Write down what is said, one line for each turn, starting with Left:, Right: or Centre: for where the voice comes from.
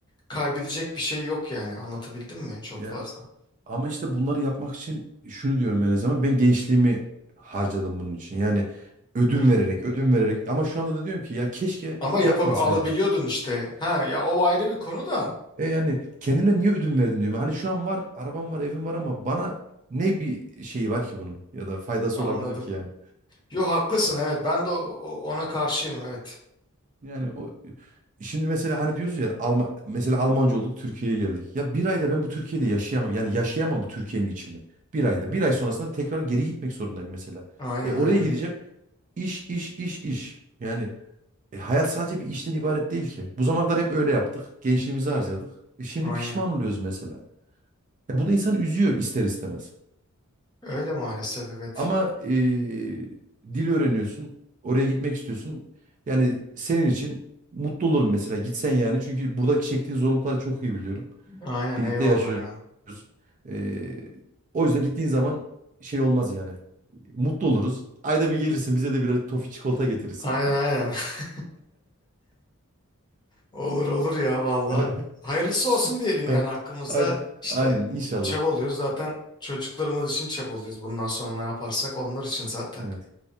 Left: kaybedecek bir şey yok yani. Anlatabildim mi? Çok
Right: ya
Left: fazla.
Right: ama işte bunları yapmak için şunu diyorum ben her zaman. Ben gençliğimi harcadım bunun için. Yani ödün
Left: Hmm.
Right: vererek, ödün vererek ama şu anda da diyorum ki ya keşke
Left: Ama yapab
Right: yapmasaydım.
Left: alabiliyordun işte. Ha ya o ayrı bir konu da.
Right: E yani kendime niye ödün verdim diyorum. Hani şu an var, arabam var, evim var ama bana ne bir şeyi var ki bunun ya da faydası
Left: Anladım.
Right: olabilir ki yani?
Left: Yo haklısın evet. Ben de o- o- ona karşıyım evet.
Right: Yani o şimdi mesela hani diyoruz ya Alma, mesela Almanca olduk Türkiye'ye geldik. Ya bir ayda ben bu Türkiye'de yaşayamam. Yani yaşayamam bu Türkiye'nin içini. Bir ayda. Bir ay sonrasında tekrar geri gitmek zorundayım mesela.
Left: Aynen
Right: E oraya
Left: aynen.
Right: gideceğim. İş, iş, iş, iş. Yani e, hayat sadece bir işten ibaret değil ki. Bu zamana kadar hep öyle yaptık. Gençliğimizi harcadık. E, şimdi
Left: Aynen.
Right: pişman oluyoruz mesela. Ya bu da insanı üzüyor ister istemez.
Left: Öyle maalesef evet.
Right: Ama eee, dil öğreniyorsun. Oraya gitmek istiyorsun. Yani senin için mutlu olurum mesela gitsen yani. Çünkü buradaki çektiğin zorlukları çok iyi biliyorum.
Left: Aynen
Right: Birlikte
Left: eyvallah
Right: yaşıyoruz.
Left: ya.
Right: Eee, o yüzden gittiğin zaman şey olmaz yani. Mutlu oluruz. Ayda bir gelirsin bize de bir tofi çikolata getirirsin.
Left: Aynen aynen. <laughs> Olur olur ya valla.
Right: <laughs>
Left: Hayırlısı
Right: Sık-
Left: olsun diyelim
Right: He,
Left: yani hakkımızda
Right: Aynen.
Left: işte
Right: Aynen inşallah.
Left: çabalıyoruz. Zaten çocuklarımız için çabalıyoruz. Bundan sonra ne yaparsak onlar için zaten.
Right: Evet.